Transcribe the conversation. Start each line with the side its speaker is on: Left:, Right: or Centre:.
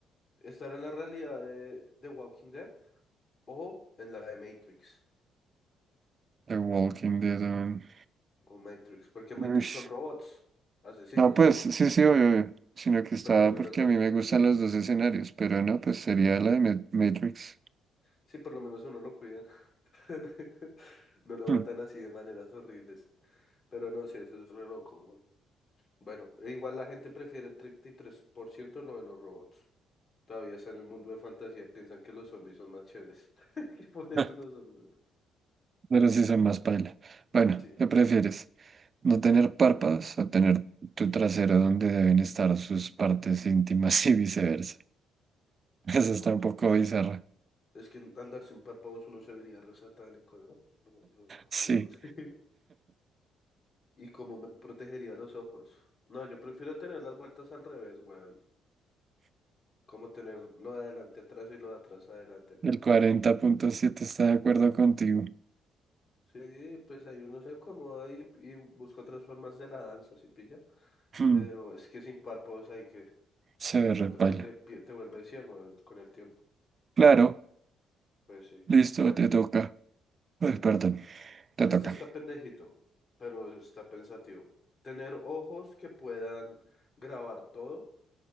Left: ¿Estar en la realidad de, de Walking Dead o en la de Matrix?
Right: The Walking Dead. um,
Left: O Matrix, porque Matrix
Right: uish.
Left: son robots, asesinos,
Right: No, pues sí, sí, obvio, obvio, Sino que estaba
Left: pero también
Right: porque
Left: las mantienen
Right: a mí me gustan
Left: vida.
Right: los dos escenarios, pero no, pues sería la de Ma- Matrix.
Left: Sí, por lo menos a uno lo cuidan. <laughs> No lo
Right: Hmm,
Left: matan así de maneras horribles. Pero no, sí, eso es re loco, weón. Bueno, e igual la gente prefiere el 33% lo de los robots. Todavía están en el mundo de fantasía, piensan que los zombies son más chéveres. <laughs> ¿Qué pone
Right: <laughs>
Left: tú los zombies?
Right: Pero sí son más paila. Bueno,
Left: Sí,
Right: ¿qué prefieres? ¿No tener párpados o tener tu trasero donde deben estar sus partes íntimas y viceversa? <laughs> Eso
Left: no,
Right: está
Left: te-
Right: un poco
Left: ush.
Right: bizarra.
Left: Es que andar sin párpados uno se vería re satánico, ¿no? Lo, lo juro.
Right: Sí,
Left: <laughs> sí. ¿Y cómo me protegería los ojos? No, yo prefiero tener las vueltas al revés, weón. Como tener lo de adelante atrás y lo de atrás adelante, perro.
Right: el 40.7 está de acuerdo contigo.
Left: Sí, pues ahí uno se acomoda y, y busca otras formas de la danza, ¿sí pilla?
Right: Hmm,
Left: Pero es que sin párpados hay que...
Right: Se
Left: te-
Right: ve
Left: no
Right: re
Left: te protege,
Right: paila.
Left: te vuelve ciego con el tiempo.
Right: Claro,
Left: Pues sí.
Right: listo,
Left: Bueno,
Right: te toca. Ay, perdón, te
Left: este
Right: toca.
Left: está pendejito, pero está pensativo. Tener ojos que puedan grabar todo